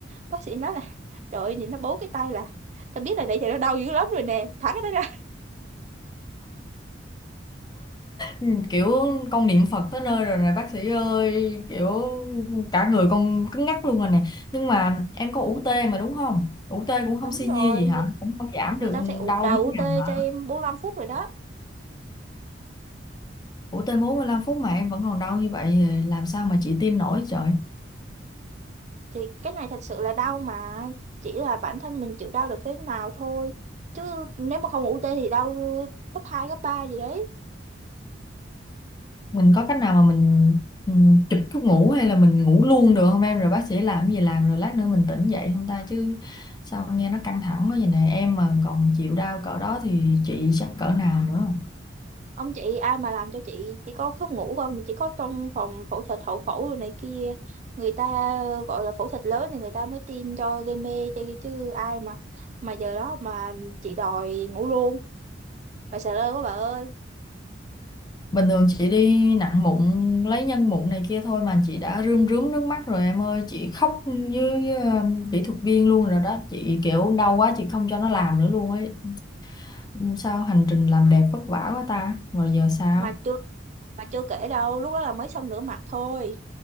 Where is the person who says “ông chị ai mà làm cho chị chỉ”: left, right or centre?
Right